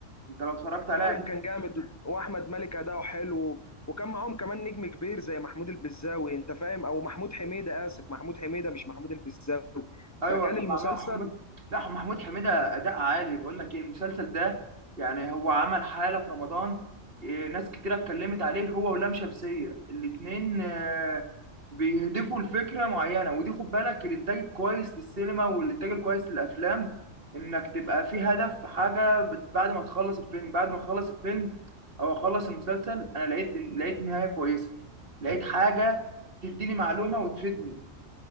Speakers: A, on the right; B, on the left.
A: انت لو اتفرجت عليها
B: فعلا كان جامد واحمد مالك اداؤه حلو وكان معاهم كمان نجم كبير زي محمود البزاوي انت فاهم او محمود حميده اسف محمود حميده مش محمود البزاوي
A: ايوه
B: فكان
A: طب
B: المسلسل
A: مع مع محمود لا محمود حميده اداء عالي بقول لك ايه المسلسل ده يعني هو عمل حاله في رمضان إيه، ناس كتيره اتكلمت عليه هو ولام شمسيه الاتنين آه، بيهدفوا لفكره معينه ودي خد بالك الانتاج الكويس للسينما والانتاج الكويس للافلام انك تبقى في هدف حاجه بت- بعد ما تخلص الفيلم بعد ما اخلص الفيلم او اخلص المسلسل انا لقيت لقيت نهايه كويسه لقيت حاجه تديني معلومه وتفيدني